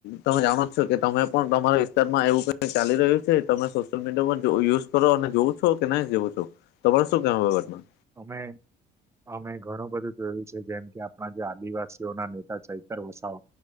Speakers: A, on the left; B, on the right.
A: તમે જાણો છો કે તમે પણ તમારા વિસ્તારમાં એવું ક ચાલી રહ્યું છે તમે સોશિયલ મીડિયા યુઝ કરો અને જોવું છો કે નહી જવું છો તમારે શું કેવાય વગટમાં
B: અમે અમે ઘણું બધું જોયું છે જેમ કે આપણા જે આદિવાસીઓ ના નેતા ચૈતર વસાઓ